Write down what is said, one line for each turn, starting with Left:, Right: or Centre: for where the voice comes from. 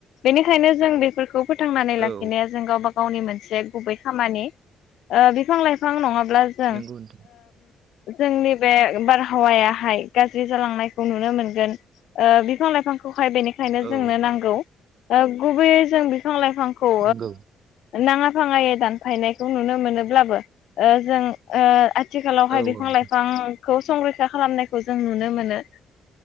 Left: बेनिखायनो जों बेफोरखौ फोथांनानै लाखिनाया
Right: औ
Left: जों गावबााव गावनि मोनसे गुबै खामानि बिफां लाइफां नङाब्ला जों
Right: नंगौ नोंथां
Left: जोंनि बे बारहावायाहाय गाज्रि जालांनायखौ नुनो मोनगोन बिफां लाइफांखौ ओमफाय बेनिखायनो
Right: औ
Left: जोंनो नांगौ गुबैयै जों बिफां लाइफांखौ
Right: नंगौ
Left: नाङा फाङायै दानफायनायखौ नुनो मोनोब्लाबो जों आथिखालावहाय
Right: औ
Left: बिफां
Right: औ
Left: लाइफांखौ संरैखा खालामनायखौ जों नुनो मोनो